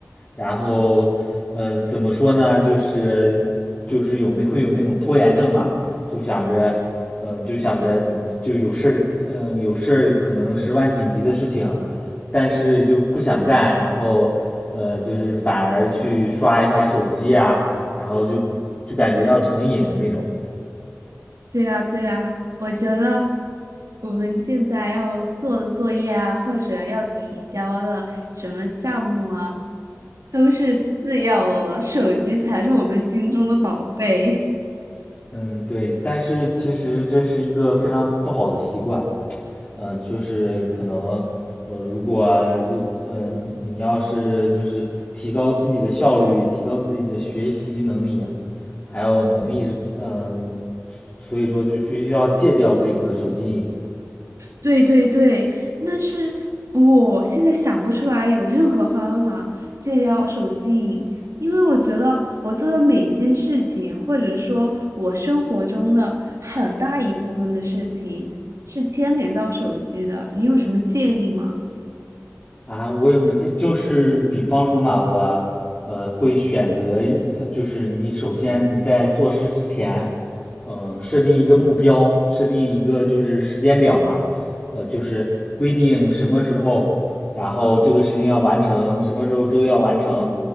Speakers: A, on the left; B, on the right.
A: 然后，呃，怎么说呢，就是就是有那会有那种拖延症嘛，就想着，嗯、就想着就有事儿，嗯、有事儿可能十万紧急的事情。但是就不想干，然后呃，就是反而去刷一刷手机呀，然后就就感觉要成瘾了那种。
B: 对呀，对呀，我觉得我们现在要做的作业啊，或者要提交的什么项目啊，都是次要的了，手机才是我们心中的宝贝。
A: 嗯，对，但是其实这是一个非常不好的习惯，嗯，就是可能，呃，如果啊就呃你你要是就是提高自己的效率，提高自己的学习能力呀还有能力，嗯、所以说就必须要戒掉这个手机瘾。
B: 对对对，但是我现在想不出来有任何方法戒掉手机瘾，因为我觉得我做的每件事情，或者说我生活中的很大一部分的事情，是牵连到手机的。你有什么建议吗？
A: 啊，我有什么建议？就是比方说嘛，我呃会选择一呃，就是你首先你在做事之前，嗯、设定一个目标，设定一个就是时间表嘛，呃，就是规定什么时候，然后这个事情要完成，什么时候这个要完成，